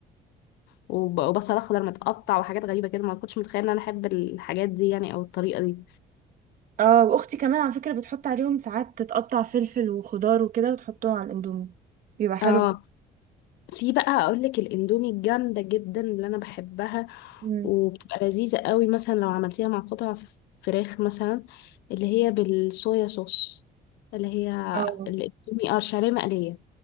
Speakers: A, on the left; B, on the right.
A: وب- وبصل اخضر متقطع وحاجات غريبه كده ما كنتش متخيله ان انا احب الحاجات دي يعني او الطريقه دي
B: اه واختي كمان على فكرة بتحط عليهم ساعات تتقطع فلفل وخضار وكده وتحطهم على الاندومي بيبقى حلو
A: اه في بقى اقول لك الاندومي الجامده جدا اللي انا بحبها
B: مم.
A: وبتبقى لذيذه قوي مثلا لو عملتيها مع قطع فراخ مثلا اللي هي بالصويا صوص اللي هي
B: اه
A: الاندومي اه الشعريه مقليه